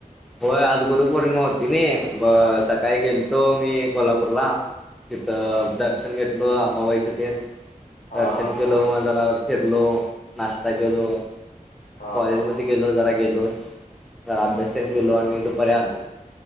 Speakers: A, in the centre; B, on the left.
A: होय आज गुरुपोर्णिमा होती नाय, ब सकाळी गेलतो मी कोल्हापूरला तिथं दर्शन घेतलो अंबाबाईच ते
B: हा
A: दर्शन
B: हा
A: केल मग जरा फिरलो नाश्ता केलो
B: हा
A: कॉलेजमध्ये
B: हा
A: ध्ये गेलो जरा गेलो जरा अभ्यास तरी केलो आणि दुपारी आलो.